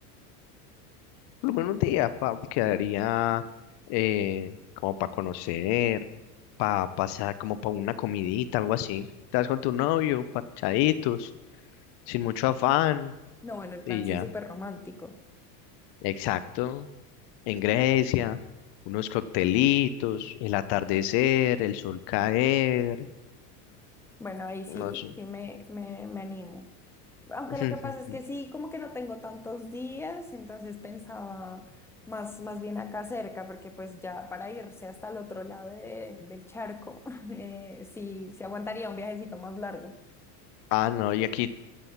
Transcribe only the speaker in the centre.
no, bueno, el
plan sí
súper romántico.
Bueno, ahí sí,
sí me, me, me animo. Aunque
lo que pasa es que sí, como que no tengo tantos días, entonces pensaba más, más bien acá cerca, porque pues ya para irse hasta el otro lado de- del charco, <laughs> eh, sí, sí aguantaría un viajecito más largo.